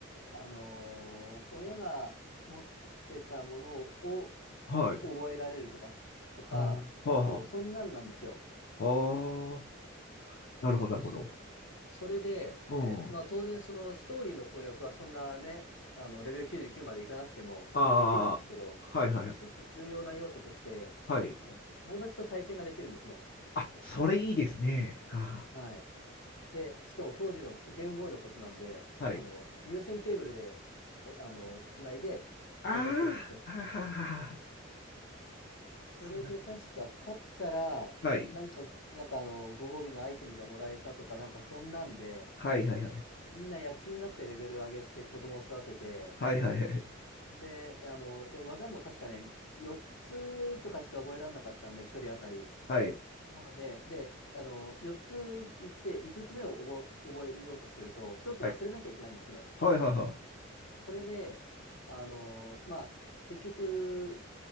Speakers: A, on the left; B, on the left.
A: あのー親が持ってたものを
B: あ、はい。
A: 覚えられるとか、とか、
B: はあ、
A: あと、
B: は
A: そんなんなんですよ。
B: あ、はあ、なるほど、なるほど。
A: そ、それで、
B: うん。
A: えーっと、まあ、当然、そのストーリーの攻略はそんなね、あの、レベル99までいかなくても全然できるんですけど、
B: ああ、はいはいはい。
A: 一つ重要な要素として、
B: はい。
A: えーっと、友達と対戦ができるんですね。
B: あ、それいいですね。は
A: はい。で、しかも当時のゲームボーイのことなんで、
B: あ、はい。
A: あの、有線ケーブルで、おあの、つないで対戦するんですね。
B: ああ、はあ、はあ、はあ
A: それで確か勝ったら、
B: そうだ。はい。
A: なんか、なんかあの、ご褒美のアイテムがもらえたとか、なんかそんなんで、
B: はいはいはい。
A: みんな躍起になってレベル上げして子供を育てて、
B: はいはいはい。
A: で、あの、で、技も確かね、4つとかしか覚えられなかったんで、1人当たり。
B: はい。
A: なので、で、あの、4つ行って、5つ目を覚え、覚えようとすると、1つ忘れなきゃいけないんですね。
B: はい。はいはいはい。
A: それで、あの、まあ、結局、